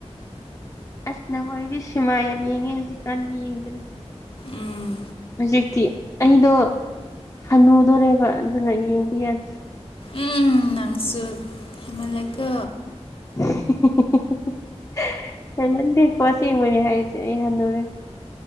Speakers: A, on the left; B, on the left.
A: ꯑꯁ ꯅꯈꯣꯏꯋꯥꯗꯤ ꯁꯤꯃꯥ ꯌꯥꯝ ꯌꯦꯡꯉꯦ ꯍꯧꯖꯤꯛꯀꯥꯟꯗꯤ ꯌꯦꯡꯗ꯭ꯔꯦ
B: ꯎꯝ
A: ꯍꯧꯖꯤꯛꯇꯤ ꯑꯩꯗꯣ ꯍꯟꯅꯨꯗꯣꯔꯦꯕ ꯑꯗꯨꯅ ꯌꯦꯡꯕ ꯌꯥꯗ꯭ꯔꯦ
B: ꯎꯝ ꯅꯪꯁꯨ ꯍꯦꯃꯜꯌꯥꯀꯣ
A: <unintelligible> ꯍꯃꯟꯗꯦꯀꯣ ꯁꯤꯦꯡꯕꯅꯤ ꯍꯥꯏꯔꯤꯁꯦ ꯑꯩ ꯍꯟꯗꯣꯔꯦ